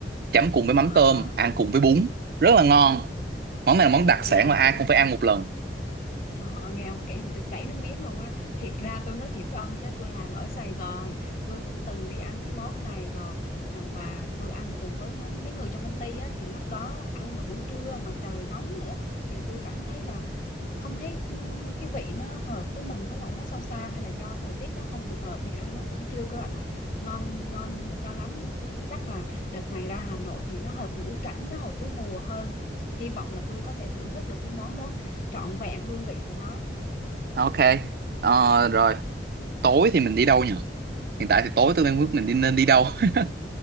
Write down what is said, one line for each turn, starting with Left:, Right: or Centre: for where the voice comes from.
Right: chấm cùng với mắm
Left: À,
Right: tôm ăn cùng với bún rất là ngon món này là món đặc
Left: nghe
Right: sản
Left: ông
Right: mà ai
Left: kể
Right: cũng phải ăn một lần
Left: Trời ơi, nghe ông kể mà tôi chảy nước miếng luôn á. Thiệt ra tôi nói thiệt với ông chứ tôi làm ở Sài Gòn, tôi cũng từng đi ăn cái món này rồi Ừm, và tôi ăn cùng với mấy mấy người trong công ty á thì lúc đó ăn vào buổi trưa mà trời nóng nữa thì tôi cảm thấy là không thấy ừm, cái vị nó hợp với mình với lại nó sao sao hay là do thời tiết nó không phù hợp nên ăn nó cũng chưa có gọi là ngon ngon cho lắm thế chắc là đợt này ra Hà Nội thì nó hợp ngữ cảnh nó hợp với mùa hơn hy vọng là tôi có thể thưởng thức được cái món đó trọn vẹn hương vị của nó
Right: ok Ờ, rồi tối thì mình đi đâu nhỉ hiện tại thì tối tôi đang biết mình đi nên đi đâu <laughs>